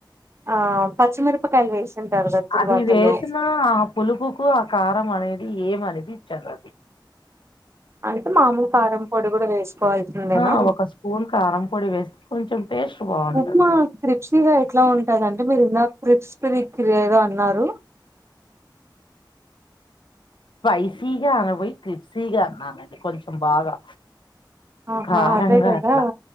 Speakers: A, on the right (about 35°); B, on the left (about 80°).
A: ఆ పచ్చిమిరపకాయలు వేసింటారు కదా తిరువాతలో
B: అది వేసిన ఆ పులుపుకు ఆ కారం అ అనేది ఏం అనిపిచదు
A: అంటే మామూలు కారం పొడి కూడా వేసుకోవాల్సిందేనా?
B: ఆ ఒక స్పూన్ కారం పొడి వేస్తే కొంచెం టేస్ట్ బాగుంటుంది
A: ఉప్మా క్రిప్సి గా ఎట్లా వుంటదంటే మీరు ఇందా క్రిప్స్పిరికి ఏదో అన్నారు
B: స్పైసీగా అనబోయి క్రిప్సి గా అన్నానండి కొంచం బాగా
A: ఆహా
B: కారంగ
A: అదే కదా
B: అట్ల